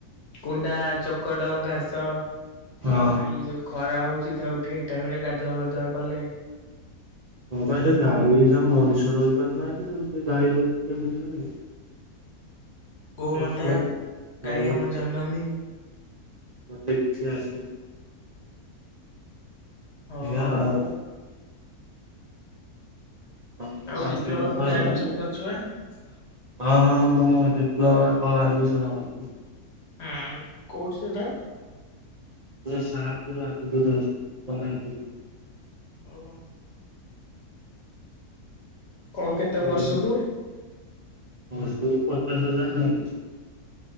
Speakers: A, on the left; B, on the right.
A: କୁଣ୍ଡା ଚୋକଡ ଘାସ
B: ହଁ
A: ଆଉ ଏଇ ଯୋଉ ଖରା ହଉଛି ତାକୁ ଠିକ ଟାଇମ ରେ ଗାଧୁଆପାଧୁଆ କଲେ।
B: ହଁ ବା ସେ ଗାଈ ସବୁ ମଣିଷ ରହିପାରୁନାହାନ୍ତି ଆଉ ସେ ଗାଈ ଲୋକ କେମିତି।
A: ଗୋମାତା
B: ପଶୁ ହଁ
A: ଗାଈ ଆମ ଜନନୀ।
B: ମୋତେ ପିଛେ ଆସେ।
A: ହଉ
B: <unintelligible>
A: ଆଉ
B: <unintelligible>
A: ଆଉ ଡିପ୍ଲୋମା କୋଉଠି ଆଡମିସନ କରିଛୁ ବା
B: ହଁ ହଁ ମୁଁ ଡିପ୍ଲୋମାକ ଆଡ଼ମିସନ କରିଛି।
A: ହଁ କୋଉଠି ସେଟା?
B: ସାହାପୁର ଆଗକୁ ଯ
A: ଓହୋ କଣ କେତେ
B: କୋଡ଼ିଏ
A: ବର୍ଷକୁ?
B: ବର୍ଷକୁ ପଚାଶ ହଜାର ନେଲେ।